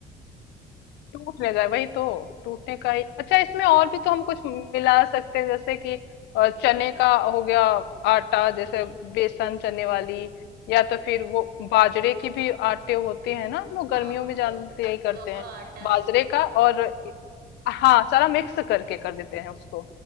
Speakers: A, on the left (about 85°); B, on the right (about 70°).
A: टूट ना जाए वही तो टूटने
B: हम्म
A: का ही अच्छा इसमें और भी तो हम कुछ मिला सकते हैं जैसे कि अ, चने का हो गया आटा जैसे बेसन चने वाली या तो फिर वो बाजरे की भी आटे होते हैं ना हम लोग
B: हाँ
A: गर्मियों
B: जो
A: में जानते यही करते
B: जौ का
A: हैं
B: आटा
A: बाजरे
B: हो
A: का
B: हाँ,
A: और हाँ सारा मिक्स करके कर देते हैं उसको